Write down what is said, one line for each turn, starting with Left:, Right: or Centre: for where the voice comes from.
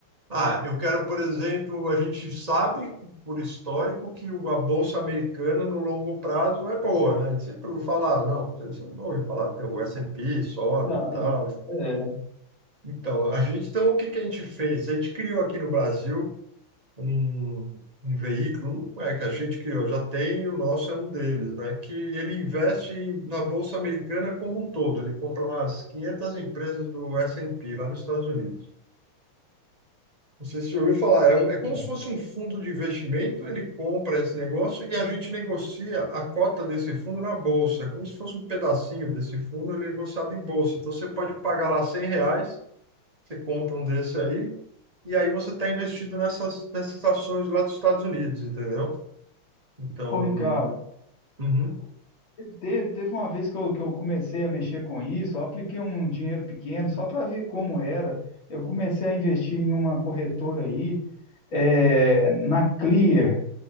Right: Ah, eu quero, por exemplo, a gente sabe por histórico que o- a bolsa americana no longo prazo é boa, né? A gente sempre ouviu falar, não, você não ouve falar, tem o S&P sobe
Left: Já,
Right: e tal.
Left: é,
Right: Então, a gente, então, o que que a gente fez? A gente criou aqui no Brasil um, um veículo, não é que a gente criou, já tem, o nosso é um deles, né? Que ele investe em- na bolsa americana como um todo, ele compra lá as 500 empresas do S&P lá nos Estados Unidos. Não sei se você já ouviu falar, é, um- é como
Left: é.
Right: se fosse um fundo de investimento, ele compra esse negócio e a gente negocia a cota desse fundo na bolsa. É como se fosse um pedacinho desse fundo, ele é negociado em bolsa. Então você pode pagar lá 100 reais, você compra um desse aí, e aí você está investido nessas, nessas ações lá dos Estados Unidos, entendeu? Então,
Left: Ô, Ricardo.
Right: uhum,
Left: Te- Teve uma vez que eu, que eu comecei a mexer com isso, eu apliquei um dinheiro pequeno só para ver como era. Eu comecei a investir em uma corretora aí, é, na Clear.